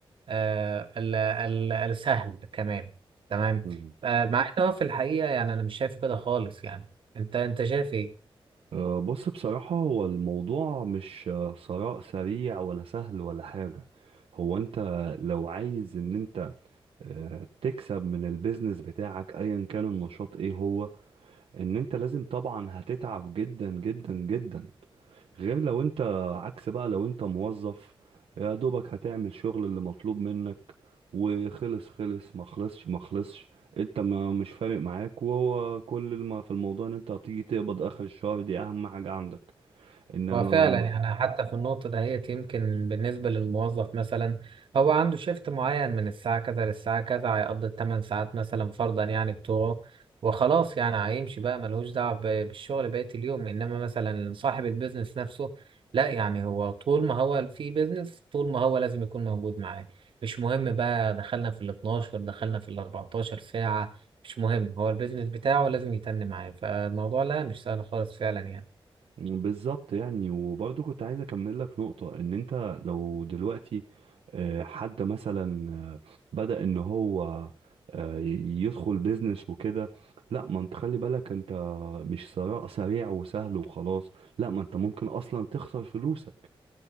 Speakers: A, on the right (about 65°); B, on the right (about 80°).
A: آه ال ال السهل كمان تمام
B: مم.
A: آه مع إن هو في الحقيقة يعني أنا مش شايف كده خالص يعني أنت أنت شايف إيه؟
B: آه، بص بصراحة هو الموضوع مش آه، ثراء سريع ولا سهل ولا حاجة هو انت لو عايز ان انت آه، تكسب من البيزنس بتاعك ايا كان النشاط ايه هو ان انت لازم طبعا هتتعب جدا جدا جدا غير لو انت عكس بقى لو انت موظف يا دوبك هتعمل شغل اللي مطلوب منك وخلص خلص ما خلصش ما خلصش انت ما مش فارق معاك وهو كل ما في الموضوع ان انت هتيجي تقبض اخر الشهر دي اهم حاجة عندك انما
A: هو فعلا يعني حتى في النقطة دهيت يمكن بالنسبة للموظف مثلا هو عنده شيفت معين من الساعة كذا للساعة كذا هيقضي الثمان ساعات مثلا فرضا يعني بتوعه وخلاص يعني هيمشي بقى ملهوش دعوة ب- بالشغل بقية اليوم إنما مثلا صاحب البيزنس نفسه لا يعني هو طول ما هو في بيزنس طول ما هو لازم يكون موجود معاه مش مهم بقى دخلنا في ال 12 دخلنا في ال 14 ساعة مش مهم هو البيزنس بتاعه لازم يتن معاه فالموضوع لا مش سهل خالص فعلا يعني
B: بالظبط يعني وبرضه كنت عايز اكمل لك نقطة ان انت لو دلوقتي آه، حد مثلا آه، بدأ ان هو آه، يدخل بيزنس وكده لا ما انت خلي بالك انت مش ثراء سريع وسهل وخلاص لا ما انت ممكن اصلا تخسر فلوسك